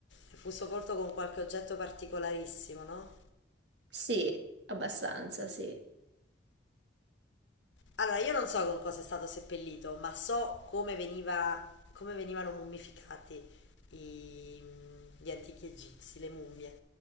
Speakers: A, on the left (about 75°); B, on the right (about 65°).
A: E Fu sepolto con qualche oggetto particolarissimo, no?
B: Sì, abbastanza, sì.
A: Allora, io non so con cosa è stato seppellito, ma so come veniva, come venivano mummificati i- gli antichi egizi, le mummie.